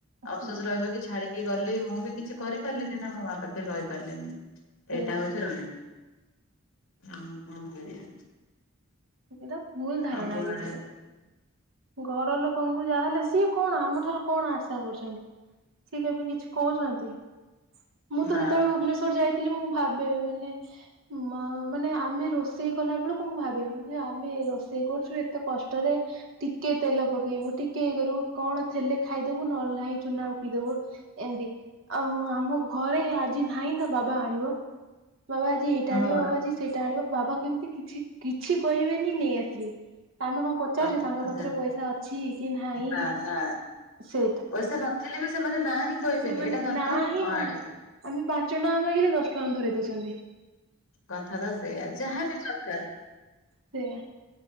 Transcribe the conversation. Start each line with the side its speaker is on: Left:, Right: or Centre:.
Left: ଅଫସୋସ
Right: ସେଇଆ
Left: ରହିବ କି ଛାଡି କି ଗଲି ମୁଁ ବି କିଛି କରିପାରିଲିନି ନା ମୋ ମାଆ ପାଖରେ ରହି ପାରିଲିନି ତ
Right: ସେଇଆ
Left: ଏଟା ହୋଉଚି ରହେ। ଅଁ। କଣ କରିବା
Right: ଏଟା ଭୁଲ ଧାରଣା
Left: ସବୁ
Right: କିନ୍ତୁ
Left: ଆଡେ
Right: ଘର ଲୋକଙ୍କୁ ଙ୍କୁ ଯାହାହେଲେ ସିଏ କଣ ଆମ ଠାରୁ କଣ ଆଶା କରଚନ୍ତି ସିଏ କେବେ କିଛି କୋହୁଚନ୍ତି ମୁଁ ତ
Left: ନା
Right: ଯେତେବେଳେ ଭୁବନେଶ୍ଵର ଯାଇ ଥିଲ ମୁଁ ଭାବେ ମାନେ ମା ମାନେ ଆମେ ରୋଷେଇ କଲା ବେଳକୁ ମୁଁ ଭାବେ ମୁଁ କହେ ଆମେ ରୋଷେଇ କରଚୁ ଏତେ କଷ୍ଟରେ ଟିକେ ତେଲ ପକେଇବୁ ଟିକେ ଇଏ କରିବୁ କଣ ଥିଲେ ଖାଇଦୋବୁ ନହେଲେ ନାହିଁ ଚୁନା ଓପି ଦୋବୁ। ଏମତି ଆଉ ଆମ ଘରେ ଆଜି ନାହିଁ ତ ବାବା ଆଣିବ। ବାବା ଆଜି ଏଇଟା
Left: ହଁ
Right: ଆଣିବ ବାବା ଆଜି ସେଇଟା ଆଣିବ ବାବା କେମତି କିଛି କିଛି କହିବେନି ନେଇ ଆସିବେ ତ ଆମେ କଣ ପଚାରୁଚେ
Left: କଥା
Right: ତାଙ୍କ କତିରେ ପଇସା ଅଛି କି ନାହିଁ।
Left: ନା ନା।
Right: ସେଇଟା
Left: ପଇସା ନଥିଲେ ବି ସେମାନେ ନା ହିଁ କହିବେନି
Right: ସେମାନେ
Left: ଏଇଟା ଦରକାର
Right: ନା ହିଁ
Left: ହଁ
Right: କୋହୁନା।
Left: ଆଣିବୁ
Right: ଆମେ ପାଞ୍ଚ ଟଙ୍କା ମାଗିଲେ ଦଶ ଟଙ୍କା ଧରେଇ ଦୋଉଚନ୍ତି।
Left: କଥା ତ ସେୟା ଯାହାବି ଦରକାର।
Right: ସେୟା।